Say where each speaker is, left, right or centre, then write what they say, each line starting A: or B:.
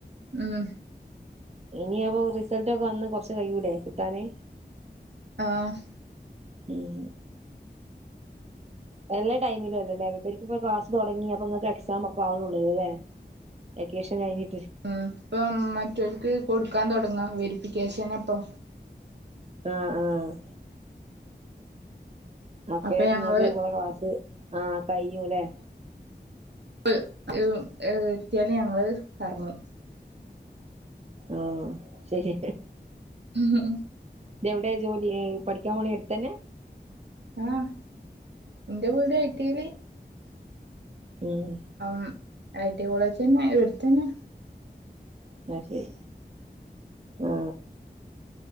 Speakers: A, on the right; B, on the right.
A: ഉം
B: ഇനി അപ്പൊ റിസൾറ്റൊക്കെ വന്ന് കൊർച്ച് കയ്യൂലേ കിട്ടാന്?
A: ആഹ്
B: ഉം എല്ലാ ടൈമിലു അല്ലലേ, ഇവർക്ക്പ്പൊ ക്ലാസ് തൊട്ങ്ങി, അപ്പ ങ്ങക്ക് എക്സാം പ്പോ ആവ- ണൊള്ളല്ലലെ, വെക്കേഷൻ കഴിഞ്ഞ്
A: ഉം. ഇപ്പം മറ്റോൽക്ക് കൊടുക്കാൻ തൊട്ങ്ങാ, വെരിഫിക്കേഷൻ അപ്പൊ
B: ആ ആ അപ്പഴേക്ക്
A: അപ്പൊ ഞങ്ങള്
B: ങ്ങക്ക് ഇങ്ങളെ ക്ലാസ്, ആ കയ്യൂലെ?
A: <unintelligible> ഏ ഏ എത്തിയാല് ഞങ്ങള് എറങ്ങും.
B: ആ ശരി
A: ഉം ഹും.
B: ഇതെവിടെ ജോലി ഏ, പഠിക്കാൻ പോണ എട്ത്തെന്നെ?
A: <inaudible>
B: ഉം
A: ഉം ഐ ടി കോളേജെന്നെ, ഇവിട്ത്തെന്നെ
B: ന്നാ ശരി. ആ